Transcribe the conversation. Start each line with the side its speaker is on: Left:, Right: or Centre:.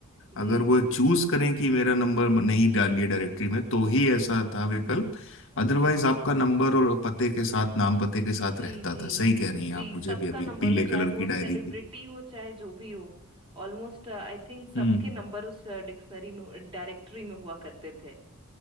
Right: जी जी
Left: अगर वो चूज करें कि मेरा नंबर नहीं डालिए डायरेक्टरी में तो ही ऐसा था विकल्प अदरवाइज
Right: जी
Left: आपका नंबर और पते के साथ नाम पते के साथ
Right: जी
Left: रहता
Right: जी
Left: था सही कह रही हैं
Right: जी
Left: आप मुझे
Right: सबका
Left: भी अभी
Right: नंबर
Left: पीले
Right: हो चाहे
Left: कलर
Right: वो
Left: की
Right: सेलिब्रिटी
Left: डायरी थी
Right: हो चाहे जो भी हो ऑलमोस्ट आई थिंक सबके
Left: हम्म
Right: नंबर उस डिक्शनरी में डायरेक्टरी में हुआ करते थे